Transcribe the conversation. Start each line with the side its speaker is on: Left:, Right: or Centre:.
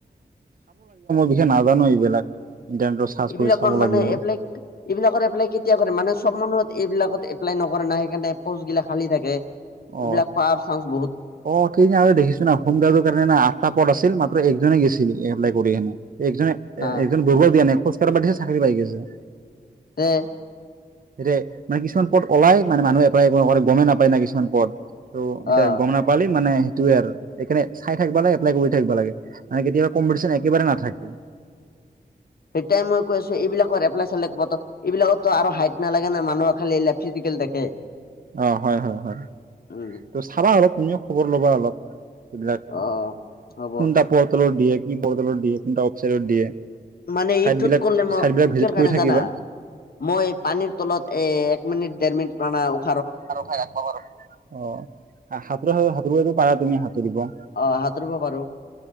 Right: বিষে নাজানো এইবিলাক। ইণ্টাৰনেটত চাৰ্চ
Left: এইবিলাকৰ
Right: কৰি চাব লাগিব
Left: মানে এপ্লাই এইবিলাকৰ এপ্লাই কেতিয়া কৰে মানে চব মানুহে। এইবিলাকত এপ্লাই নকৰে নাই সেইকাৰণে পষ্টবিলাক খালি থাকে এইবিলাক
Right: অ
Left: পোৱাৰ চানস।
Right: অ কেইদ আৰু দেখিছ হোম গাৰ্ডৰ কাৰণে আঠটা পদ আছিল মাত্ৰ একজনে গৈছিল এপ্লাই কৰি সেনে। একজনে
Left: হা
Right: একজন বুৰ্গও দিয়া নাই খোজকাঢ় পাতিছে চাকৰি পাই গৈছে।
Left: হে।
Right: এতিয়া মানে কিছুমান পথ ওলাই মানে মানুহ এপ্লাই গমেই নাপায় না কিছুমান পথ ত' এতিয়া
Left: অ
Right: গম নাপালি মানে? সেইটোৱে আৰু সেইকাৰণে চাই থাকিব লাগে এপ্লাই কৰি থাকিব লাগে মানে কেতিয়াবা কম্পিটিশন একেবাৰে নাথাকে।
Left: সেইয়াই মই কৈ আছো এইবিলাকৰ এপ্লাই চাল প এইবিলাকতো আৰু হাইট নালাগে না মানুহৰ খালি এই ফিজিকেল দেখে।
Right: অ হয় হয় হয়
Left: উম
Right: ত, চাবা অলপ তুমিও খবৰ ল'বা অলপ। সবিলাক
Left: অ হ'ব
Right: কোনটা পৰ্টলত দিয়ে, কি পৰ্টল দিয়ে কোনটা অফচাইডত দিয়ে।
Left: মানে
Right: চাইট
Left: ইটোত
Right: বিলাক
Left: কৰিলে মই
Right: চাইট বিলাক ভিজিট
Left: কিৰ
Right: কৰি
Left: কাৰণে
Right: থাকিবা
Left: জানা। মই পানীৰ তলত এ এক মিনিট দেৰ মিনিট মানে -।
Right: সাঁতোৰ সাঁতোৰটো পাৰা তুমি সাঁতুৰিব -।
Left: সাঁতুব পাৰো।